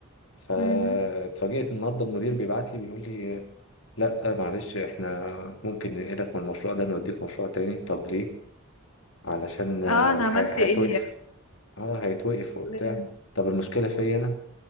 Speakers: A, on the left; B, on the left.
A: فاتفاجئت
B: امم
A: النهارده المدير بيبعت لي بيقول لي لا معلش احنا ممكن ننقلك من المشروع ده نوديك مشروع تاني طب ليه؟ علشان آه،
B: اه انا
A: هي-
B: عملت ايه
A: هيتوقف اه هيتوقف وبتاع
B: يعني
A: طب المشكلة فيا انا؟